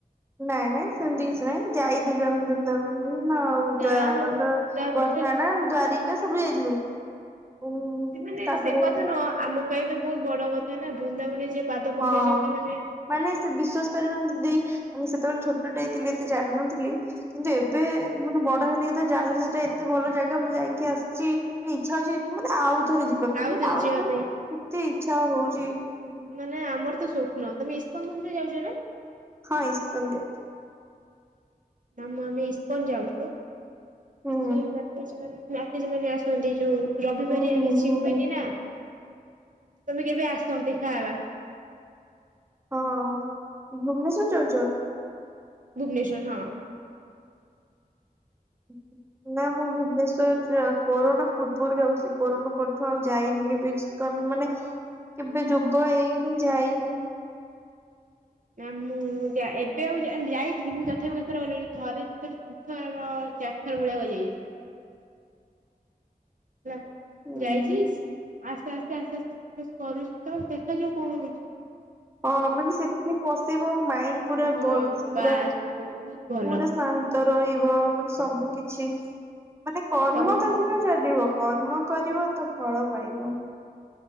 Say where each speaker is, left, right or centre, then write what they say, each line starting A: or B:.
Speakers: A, on the right; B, on the right.
A: ନାଇଁ ନାଇଁ ସେମିତି କିଛି ନାଇଁ ଯାଇଥିଲୁ ଆମେ ବୃନ୍ଦାବନ ଆଉ
B: ଯାହା
A: ଯା କଣ
B: ହଉ
A: ତ
B: ବୃନ୍ଦାବନରେ
A: ବସ୍ତାନା, ଦ୍ୱାରିକା, ସବୁ ଯାଇଥିଲୁ। ଉଁ
B: ସେମାନେ
A: ତାପରେ
B: ସେ କଥା ନୁହଁ ଆମ ପାଇଁ ତ ବହୁତ ବଡ କଥା ନା ବୃନ୍ଦାବନରେ ଯିଏ ପାଦ ପକେଇଛନ୍ତି
A: ହଁ
B: ମାନେ
A: ମାନେ ସେ ବିଶ୍ଵାସ କରିବନି ଯଦି ମାନେ ସେତେବେଳେ ଛୋଟଟେ ହେଇଥିଲି ଏତେ ଜାଣିନଥିଲି କିନ୍ତୁ ଏବେ ମାନେ ବଡ ହେଲି ଯେତେ ଜାଣିଲି ସେଟା ଏତେ ଭଲ ଜାଗା ମୁଁ ଯାଇଁକି ଆସଚି ପୁଣି ଇଚ୍ଛା ହଉଛି କି ମୁଁ ଆଉ ଥରେ ଯିବା ପାଇଁ
B: ଆଉଥରେ
A: ମାନେ ଆଉ
B: ଯିବା
A: ଥରେ
B: ପାଇଁ
A: କେତେ ଇଚ୍ଛା ହଉଛି କିନ୍ତୁ
B: ନାଇଁ ଆମର ତ ସ୍ୱପ୍ନ ତମେ ଇସ୍କନ ମନ୍ଦିର ଯାଉଚ ନା?
A: ହଁ ଇସ୍କନ ଦେ
B: <unintelligible> ଆମେ ଇସ୍କନ ଯାଉଚୁ କିଛି
A: ହୁଁ
B: <unintelligible> ମାତାଜୀ ମାନେ ଆସନ୍ତି ଯୋଉ ରବିିବାରିଆ
A: ହୁଁ ହୁଁ
B: କିଛି
A: ହୁଁ
B: ହୁଏନି ନା ତମେ କେବେ ଆସ ଦେଖାହବା?
A: ହଁ ଭୁବନେଶ୍ୱର ଯାଉଚ?
B: ଭୁବନେଶ୍ଵର ହଁ।
A: ହ୍। ନା ମୁଁ ଭୁବନେଶ୍ଵର ଯା କୋରନା ପୂର୍ବରୁ ଯାଉଥିଲି, କୋରନା ପରଠୁ ଆଉ ଯାଇନି କେବେ ଇସ୍କନ? ମାନେ କେବେ ଯୋଗ ହେଇନି ଯାଇନି?
B: ନା ମୁଁ ଯା ଏବେ ଆଉ ଯା-ଯାଇଥିଲି ମୁଁ ତଥାପି କେତେଥର ଗଲିଣି ଥରେ ଦିଥର ତିନିଥର ଚାରଥର ଭଳିଆକ ଯାଇଛି। ହେଲା।
A: ହୁଁ
B: ଯାଇଚି ଆସ୍ତେ ଆସ୍ତେ ଆସ୍ତେ ଆସ୍ତେ ପ୍ରବେଶ କରୁଚି ତ ଦେଖାଯାଉ କଣ ହଉଛି ହ।
A: ହଁ ମାନେ ସେଥିରେ ପଶିବ ମାଇଣ୍ଡ ପୁରା
B: ହଁ
A: ଭଲସେ
B: ବାସ୍
A: ପୁରା
B: ବହୁତ ଭଲ
A: ପୁରା ଶାନ୍ତ ରହିବ, ମାନେ ସବୁ କିଛି ମାନେ କର୍ମ
B: ତମେ
A: ଟା ସେଇଟା ଚାଲିବ କର୍ମ କରିବ ତ ଫଳ ପାଇବ।